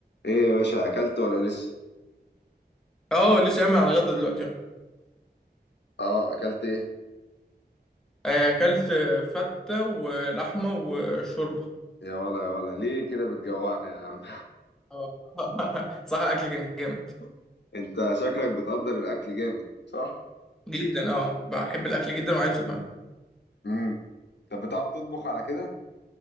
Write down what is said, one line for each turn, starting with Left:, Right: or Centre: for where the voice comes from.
Left: ايه يا باشا اكلت ولا لسه
Centre: اه لسه قايم على الغدا دلوقتي اه
Left: اه اكلت ايه
Centre: آه، اكلت آه، فتة ولحمة وشوربة
Left: يا ولا يا ولا ليه كده بتجوعنا يا عم
Centre: اه <laughs> صح الاكل كان جامد
Left: <laughs> انت شكلك بتقدر الاكل جامد صح
Centre: جدا اه بحب الاكل جدا وعايزه كمان
Left: امم طب بتعرف تطبخ على كده